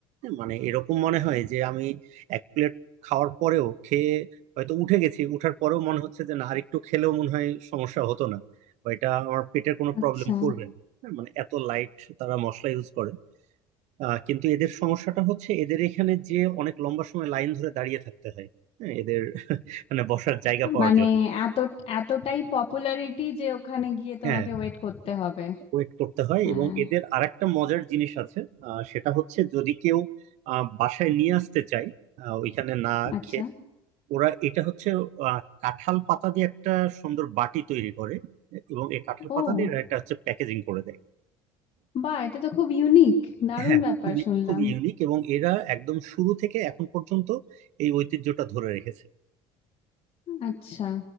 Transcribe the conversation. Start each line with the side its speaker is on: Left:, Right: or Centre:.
Right: মানে এরকম মনে হয় যে আমি এক প্লেট খাওয়ার পরেও খেয়ে হয়তো উঠে গেছি উঠার পরেও মনে হচ্ছে যে না আরেকটু খেলেও মনে হয় সমস্যা হতো না বা এটা আমার পেটের কোনো
Left: আচ্ছা
Right: প্রবলেম করবে না হ্যাঁ, মানে এত লাইট তারা মশলা ইউজ করে আহ, কিন্তু এদের সমস্যাটা হচ্ছে এদের এখানে যে অনেক লম্বা সময় লাইন ধরে দাঁড়িয়ে থাকতে হয় হ্যাঁ এদের মানে বসার জায়গা পাওয়ার
Left: মানে
Right: জন্য
Left: এত এতটাই পপুলারিটি যে ওখানে গিয়ে তোমাকে
Right: হ্যাঁ
Left: ওয়েট করতে হবে
Right: ওয়েট করতে হয়
Left: হ্যাঁ
Right: এবং এদের আরেকটা মজার জিনিস আছে আহ, সেটা হচ্ছে যদি কেউ আহ, বাসায় নিয়ে আসতে চায় আহ, ওইখানে না
Left: আচ্ছা
Right: খেয়ে ওরা এটা হচ্ছে আহ, কাঁঠাল পাতা দিয়ে একটা সুন্দর বাটি তৈরি করে এবং এই কাঁঠাল
Left: ও
Right: পাতা দিয়ে এরা এটা হচ্ছে প্যাকেজিং করে দেয়
Left: বাহ এটা তো খুব ইউনিক দারুণ
Right: হ্যাঁ
Left: ব্যাপার
Right: খুবই
Left: শুনলাম
Right: খুবই ইউনিক এবং এরা একদম শুরু থেকে এখন পর্যন্ত এই ঐতিহ্যটা ধরে রেখেছে
Left: আচ্ছা